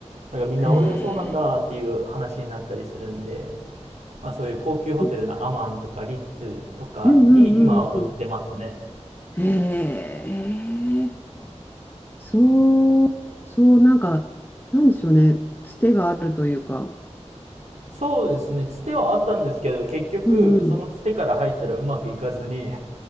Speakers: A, on the right; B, on the left.
A: なんかみんな、
B: へえ。
A: おいそうなんだっていう話になったりするんで、まあそういう高級ホテルのアマンとかリッツとかに今売ってますね。
B: うんうんうんうんうん。へえ。そう、そう、なんか、なんでしょうね。つてがあるというか。
A: そうですね、つてはあったんですけど、結局、
B: うんうん。
A: そのつてから入ったらうまくいかずに <laughs>